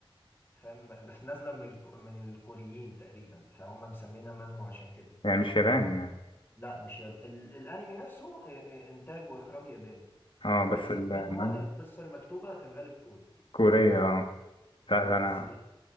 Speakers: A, on the left; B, on the left.
A: فاهم بس نازلة من الكو من الكوريين تقريبا فهم مسمينها مانهوا عشان كده
B: يعني مش ياباني يعني
A: لا مش ياب... ال... الانمي نفسه آه، آه، انتاج واخراج ياباني
B: اه بس
A: بس
B: ال-
A: المانهوا
B: المانجا
A: القصة المكتوبة في الغالب كوري
B: كورية اه
A: فاهم
B: لا ده
A: بس
B: انا